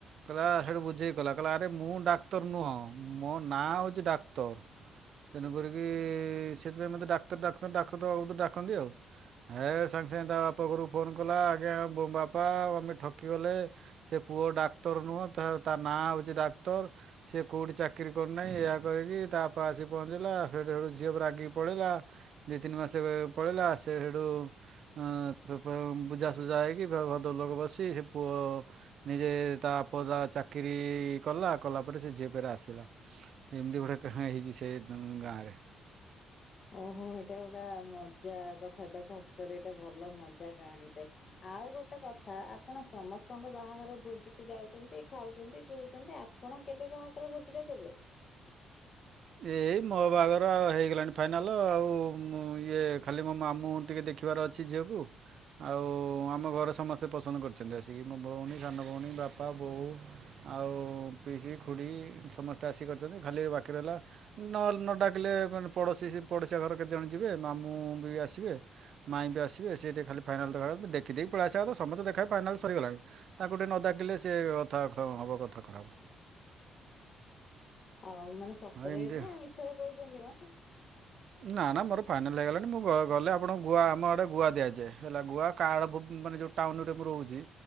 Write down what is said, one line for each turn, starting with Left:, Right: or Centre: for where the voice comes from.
Right: କହିଲା ହେଠୁ ବୁଝେଇକି କହିଲା ଆରେ ମୁଁ ଡାକ୍ତର ନୁହଁ ମୋ ନାଁ ହଉଚି ଡାକ୍ତର। ତେଣୁ କରିକି ସେଥିପାଇଁ ମୋତେ ଡାକ୍ତର ଡାକ୍ତର ଡାକ୍ତର ବାବୁ ଡାକନ୍ତି ଆଉ। ହେ ଟୁ ସାଙ୍ଗେ ସାଙ୍ଗେ ତା ବାପ ଘରୁ କୁ ଫୋନ କଲା ଆଜ୍ଞା ବୋ ବାପା ଆଉ ଆମେ ଠକିଗଲେ। ସେ ପୁଅ ଡାକ୍ତର ନୁହଁ ତା ତା ନାଁ ହଉଛି ଡାକ୍ତର। ସେ କୋଉଠି ଚାକିରି କରିନାହିଁ ଏହା କହିକି ତା ବାପା ଆସି ପହଞ୍ଚିଲା ହେଠୁ ସେଠୁ ଝିଅ ରାଗିକି ପଳେଇଲା। ଦି ତିନି ମାସ ରେ ପଳେଇଲା ସେ ସେଇଠୁ ଅଁ, ତ ପାଉଁ ବୁଝାସୁଝା ହେଇକି ଫେର ଭଦ୍ର ଲୋକ ବସି ସେ ପୁଅ ନିଜେ ତା ପୁଅ ତା ଚାକିରି କଲା, କଲା ପରେ ସେ ଝିଅ ଫେରେ ଆସିଲା। ଏମିତି ଗୋଟେ କାହାଣୀ ହେଇଚି ସେ ଉଁ, ଗାଁରେ।
Left: ଓହୋ! ଏଟା ଗୋଟା ମଜା କଥା ଟା ସତରେ ଏଟା ଭଲ ମଜା କାହାଣୀ ଟେ। ଆଉ ଗୋଟେ କଥା ଆପଣ ସମସ୍ତଙ୍କ ବାହାଘର ଭୋଜିକୁ ଯାଉଚନ୍ତି, ଖାଉଚନ୍ତି, ପିଉଚନ୍ତି, ଆପ ପଣ କେବେ ବାହାଘର ଭୋଜି ଟା ଦେବେ?
Right: ଏଇ ମୋ ବାହାଘର ହେଇଗଲାଣି ଫାଇନାଲ ଆଉ ମୁଁ ଇଏ ଖାଲି ମୋ ମାମୁଁ ଟିକେ ଦେ ଖିବାର ଅଛି ଝିଅକୁ। ଆଉ ଆମ ଘରେ ସମସ୍ତେ ପସନ୍ଦ କରିଛନ୍ତି ଆସିକି, ମୋ ଭଉଣୀ ସାନ ଭଉଣୀ ବାପା, ବୋଉ ଆଉ ପିଇସି, ଖୁଡ଼ି ସମସ୍ତେ ଆସି କରିଛନ୍ତି, ଖାଲି ବାକି ରହିଲା ନହେଲେ ନ ଡାକିଲେ ମାନେ ପଡ଼ୋଶୀ ସେ ପଡ଼ୋଶୀ ଘର କେତେଜଣ ଯିବେ ମାମୁଁ ବି ଆସିବେ ମାଇଁ ବି ଆସିବେ ସେ ଟିକେ ଖାଲି ଫାଇନାଲ୍ ଦେଖା ତ ଦେଖି ଦେଇକି ପଳି ଆସିବା କଥା, ସମସ୍ତେ ଦେଖା ଫାଇନାଲ୍ ସରିଗଲାଣି। ତାଙ୍କୁ ଟିକେ ନ ଡାକିଲେ ସେ କଥା ଖ-ହବ କଥା ଖରାପ।
Left: ଆଉ ମାନେ ସତରେ
Right: ହଁ ଏମିତି
Left: ନା ମିଛରେ କହୁଚନ୍ତି ମୋ?
Right: ନା ନା ମୋର ଫାଇନାଲ୍ ହେଇଗଲାଣି ମୁଁ ଗ-ଗଲେ ଆପଣଙ୍କୁ ଗୁଆ, ଆମ ଆଡ଼େ ଗୁଆ ଦିଆଯାଏ, ହେଲା ଗୁଆ କାର୍ଡ଼ ଭୁବ୍ ମାନେ ଯୋଉ ଟାଉନ୍ ରେ ମୁଁ ରହୁଚି।